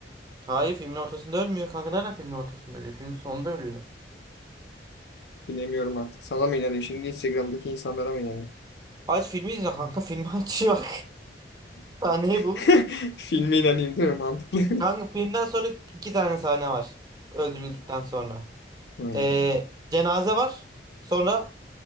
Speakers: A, on the right; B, on the left.
A: Hayır filmin ortasında ölmüyor kanka. Nerede filmin ortasında ölüyor? Filmin sonunda ölüyor.
B: Bilemiyorum artık. Sana mı inanayım şimdi Instagram'daki insanlara mı inanayım?
A: Aç filmi izle kanka. Filmi aç <laughs> bak. Sahneyi bul.
B: <laughs> Filme inanayım değil mi? Mantıklı.
A: Kanka filmden sonra iki tane sahne var. Öldürüldükten sonra.
B: Ha.
A: Ee, cenaze var. Sonra